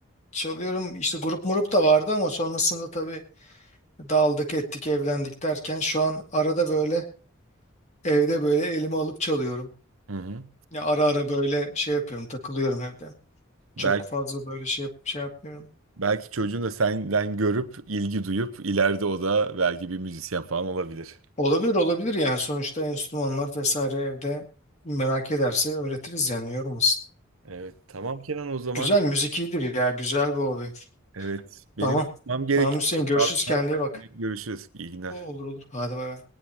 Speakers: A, on the left; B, on the right.
A: çalıyorum. işte grup murup da vardı ama sonrasında tabii dağıldık ettik evlendik derken şu an arada böyle evde böyle elime alıp çalıyorum.
B: Hı hı.
A: Ya ara ara böyle şey yapıyorum takılıyorum evde. Çok
B: Belki
A: fazla böyle şey, yap- şey yapmıyorum.
B: belki çocuğun da senden görüp ilgi duyup ileride o da belki bir müzisyen falan olabilir.
A: Olabilir olabilir yani sonuçta enstrümanlar vesaire evde merak ederse öğretiriz yani yorulmasın.
B: Evet, tamam Kenan o zaman.
A: Güzel müzik iyidir ya güzel bir hobi.
B: Evet, benim
A: Tamam.
B: çıkmam gerekiyor.
A: Tamam Hüseyin görüşürüz kendine iyi bak.
B: Görüşürüz. İyi günler.
A: O- Olur olur hadi bay bay.